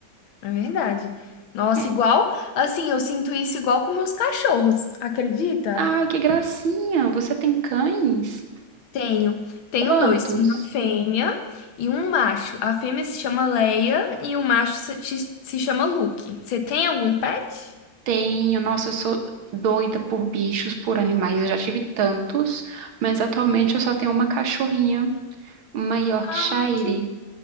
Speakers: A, on the left; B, on the right.
A: é verdade. Nossa,
B: É.
A: igual, assim, eu sinto isso igual com meus cachorros, acredita?
B: Ai, que gracinha! Você tem cães?
A: Tenho. Tenho
B: Quantos?
A: dois, uma fêmea e um macho. A fêmea se chama Leia e o macho se, se- se chama Luke. Você tem algum pet?
B: Tenho. Nossa, eu sou doida por bichos, por animais. Eu já tive tantos, mas atualmente eu só tenho uma cachorrinha, uma Yorkshire.
A: Ah, que